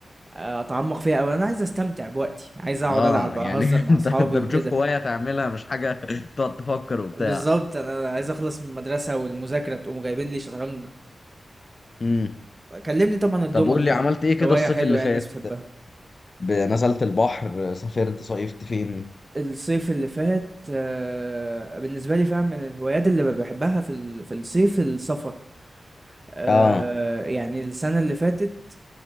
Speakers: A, on the right; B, on the left.
A: آه، اتعمق فيها اوي انا عايز استمتع بوقتي عايز اقعد
B: اه
A: العب
B: يعني
A: اهزر
B: <laughs>
A: مع
B: انت
A: اصحابي
B: انت بتشوف
A: وكده
B: هواية تعملها مش حاجة تقعد تفكر وبتاع
A: بالظبط انا عايز اخلص من المدرسة والمذاكرة تقوموا جايبين لي شطرنج
B: امم
A: كلمني طبعا الدومنا
B: طب قول
A: كده
B: لي عملت ايه كده
A: هواية
B: الصيف
A: حلوة
B: اللي
A: يعني
B: فات
A: الناس بتحبها
B: ب- نزلت البحر سافرت صيفت فين
A: الصيف اللي فات آه، بالنسبة لي فعلا من الهوايات اللي بحبها في ال- في الصيف السفر آه،
B: اه
A: يعني السنة اللي فاتت